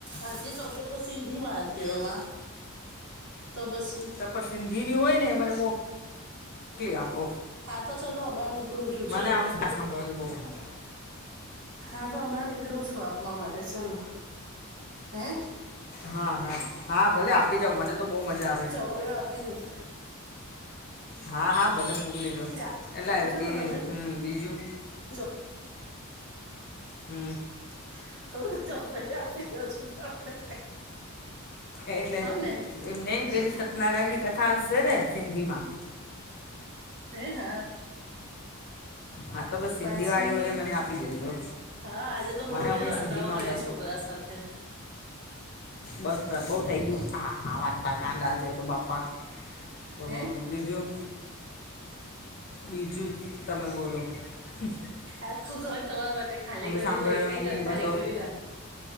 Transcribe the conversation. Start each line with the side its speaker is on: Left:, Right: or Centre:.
Right: અડધી ચોપડીઓ તો સિંધી મા હતી
Left: એવું
Right: એમાં તો પછી
Left: તો પણ સિંધીની હોય ને મને મો કલી આપો
Right: હા તો ચલો નીકળું છું ચલો
Left: મને આમ જ સાભડવુ બો ગમે
Right: હા તો હમાં નીકળું છું આપવા માટે ચલો હે
Left: હા હા હા ભલે આપી જાઓ. મને તો બહુ મજા આવે
Right: પડ્યો આપી જુશ
Left: હા હા ભલે મોકલી દો
Right: ચાલુ
Left: એટલે
Right: છું
Left: પી
Right: તો તમને
Left: હમ્મ બીજું
Right: ચો-
Left: હમ્મ
Right: <unintelligible>
Left: એટલે
Right: હો ને
Left: એમને પેલી સત્યનારાયણ ની કથા હશે ને સિંધી માં
Right: હે હ
Left: હા તો બસ સિંધી
Right: પછી
Left: વાળીઓ હોય એ મને આપી દેજો.
Right: હા આજે તો
Left: મને
Right: બવો
Left: અમે
Right: જ વાર્તાઓ
Left: સિંધીમાં
Right: કરી છોકરા સાથે.
Left: બસ સર બઉ થઇ ગયું હ હા વાર્તા કાંડ આજે તો બાપા તો
Right: હે
Left: બીજું બીજું તમે બોલો હમ્મ
Right: આખું ઘર તમારા માટે ખાલી કરી
Left: સાંભળીને
Right: એકઈ
Left: મમ્મી
Right: કથા
Left: બતો
Right: નીકળી ના